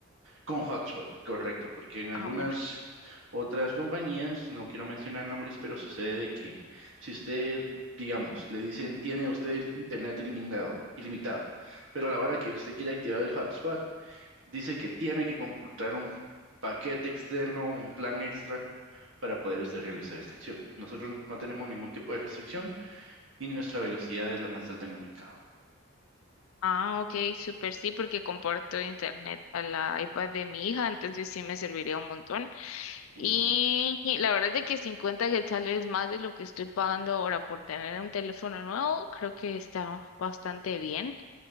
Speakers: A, on the right; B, on the left.
A: con hotspot, correcto, porque en algunas
B: Ah, bueno.
A: otras compañías, no quiero mencionar nombres, pero sucede de que si usted, digamos, le dicen, tiene usted el internet ilimitado, ilimitado, pero a la hora que usted quiere activar el hotspot, Dice que tiene que comprar un paquete externo, un plan extra para poder usted realizar esta acción. Nosotros no tenemos ningún tipo de restricción y nuestra velocidad es la más alta en el mercado.
B: Ah, ok, súper sí, porque comparto internet a la iPad de mi hija, entonces sí me serviría un montón. Y
A: Ujú,
B: la verdad es de que 50 quetzales más de lo que estoy pagando ahora por tener un teléfono nuevo, creo que está bastante bien.